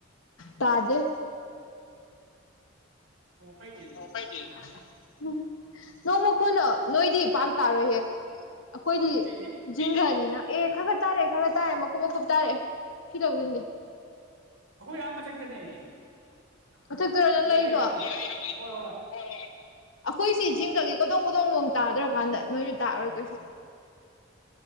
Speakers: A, on the left (about 75°); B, on the right (about 90°).
A: ꯇꯥꯗꯦ
B: ꯑꯣ ꯐꯩꯅꯦ ꯑꯗꯨꯗꯤ
A: ꯑꯣ ꯐꯩꯅꯦ ꯑꯗꯨꯗꯤ ꯎꯝ ꯅꯣꯡ ꯃꯈꯣꯏꯅ ꯅꯣꯏꯗꯤ ꯄꯥꯛ ꯇꯥꯔꯣꯏꯍꯦ ꯑꯩꯈꯣꯏꯗꯤ
B: ꯑꯦ ꯑꯩ
A: ꯖꯤꯡꯒꯅꯤ ꯑꯦ ꯈꯔ ꯇꯥꯔꯦ ꯈꯔ ꯇꯥꯔꯦꯀꯨꯞ ꯃꯀꯨꯞ ꯇꯥꯔꯛꯑꯦ ꯐꯤ ꯂꯧꯁꯤꯟꯒꯦ
B: ꯑꯩꯈꯣꯏ ꯌꯥꯝ ꯃꯊꯛꯇꯅꯦ
A: ꯃꯊꯛꯇꯔ ꯅꯪ
B: ꯂꯩ
A: ꯂꯩꯔꯦꯗꯣ
B: ꯑꯩ ꯍꯣꯏ
A: ꯑꯩꯈꯣꯏꯁꯤ
B: ꯂꯩ ꯍꯣꯏ ꯍꯣꯏ
A: ꯆꯤꯡꯒꯒꯤ ꯀꯣꯗꯣꯡ ꯀꯣꯗꯣꯡ ꯂꯑꯣꯣꯡ ꯇꯥꯗ꯭ꯔꯀꯥꯟꯗ ꯅꯣꯏꯁꯨ ꯇꯥꯛꯑꯔꯣꯏ ꯀꯩꯁꯨ